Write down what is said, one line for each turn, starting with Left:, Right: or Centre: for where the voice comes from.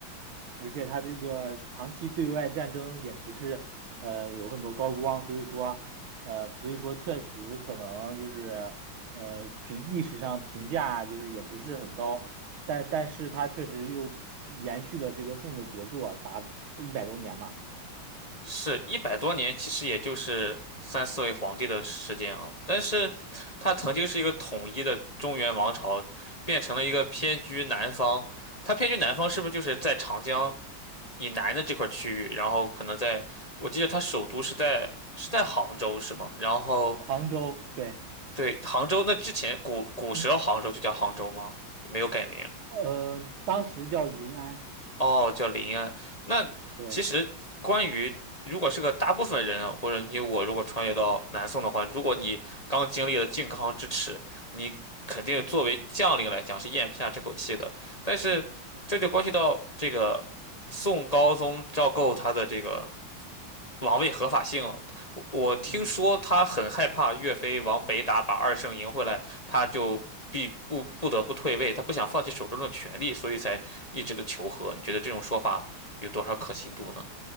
Right: 而且他这个长期对外战争也不是呃有很多高光，所以说呃所以说确实可能就是呃评历史上评价就是也不是很高。但但是他确实又延续了这个宋的国祚啊，达一百多年嘛。
Left: 是一百多年，其实也就是三四位皇帝的时间啊。但是，它曾经是一个统一的中原王朝，变成了一个偏居南方。它偏居南方，是不是就是在长江以南的这块区域？然后可能在，我记得它首都是在是在杭州，是吗？然后
Right: 杭州，对，
Left: 对，杭州，那之前古古时候杭州就叫杭州吗？
Right: 嗯
Left: 没有改名。
Right: 呃，当时叫临安，
Left: 哦，叫林安。那其实关于如果是个大部分人啊或者你我如果穿越到南宋的话，
Right: 对，
Left: 如果你刚经历了靖康之耻，你肯定作为将领来讲是咽不下这口气的。但是这就关系到这个宋高宗赵构他的这个。王位合法性了。我我听说他很害怕岳飞往北打，
Right: 嗯
Left: 把二圣赢回来，他就必不不得不退位，他不想放弃手中的权力，所以才一直的求和。你觉得这种说法有多少可信度呢？